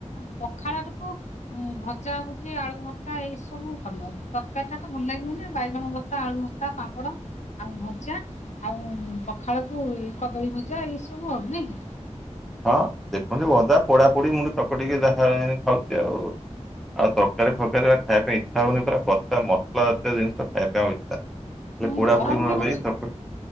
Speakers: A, on the left; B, in the centre.
A: ପଖାଳକୁ ହ ଭଜା ଭଜି ଆଳୁ ଭତା ଏଇ ସବୁ ଭଲ ତରକାରୀ ଟା ତ ଭଲ ଲାଗିବ ନା ବାଇଗଣ ଭତା ଆଳୁ ଭତା କ ସପଡ଼ ଆଉ ଭଜା ଆଉ ପଖାଳକୁ ଏ କଦଳୀ ଭଜା ଏଇସବୁ ଆବ ନ କି
B: ହଁ ଦେଖନ୍ତୁ ଭଜା ପୋଡା ପୋଡି ମୁଁ ତକ ଟିକେ ଯାହା ହେ ଖାଉଛି ଆଉ ଆଉ ତରକାରୀ ଫରକାରୀା ଖାଇବା ପାଇଁ ଇଚ୍ଛା ହଉନି ପୁରା ପା ମସଲା ଜୀୟିନିଷ ଖାଇବା ପାଇଁ ଆଉ ଇ୍ଛା ନାହିଁ ହେଲେ
A: ମୁଁ
B: ପୋଡା
A: ଗରମ
B: ପୋଡି ମୁଣ
A: ବି ହଉଛି
B: କରି ଚକ